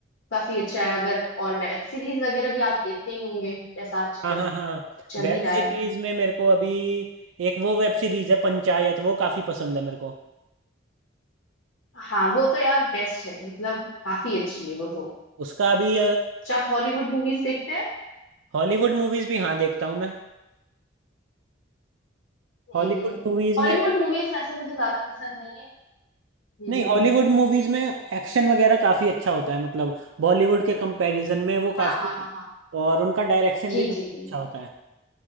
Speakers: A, on the left; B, on the right.
A: काफी अच्छा है अगर और वेब सीरीज वगैरह भी आप देखते ही होंगे जैसा आजकल
B: हाँ हाँ हाँ
A: चल
B: वेब
A: ही रहा
B: सीरीज
A: है
B: में मेरे को अभी एक वो वेब सीरीज है पंचायत वो काफी पसंद है मेरे को
A: हाँ वो तो यार बेस्ट है मतलब काफी अच्छी है वो तो
B: उसका अभी
A: अच्छा आप हॉलीवुड मूवीज देखते हैं
B: हॉलीवुड मूवीज भी हाँ देखता हूँ मैं हॉलीवुड
A: हम्म
B: मूवीज
A: हॉलीवुड
B: में
A: मूवीज वैसे मुझे ज्यादा पसंद नहीं है हम्म
B: नहीं हॉलीवुड मूवीज में एक्शन वगैरह काफी अच्छा होता है मतलब बॉलीवुड के कंपैरिजन में वो
A: हाँ
B: काफी
A: हाँ हाँ हाँ
B: और उनका डायरेक्शन
A: जी
B: भी काफी
A: जी जी जी।
B: अच्छा होता है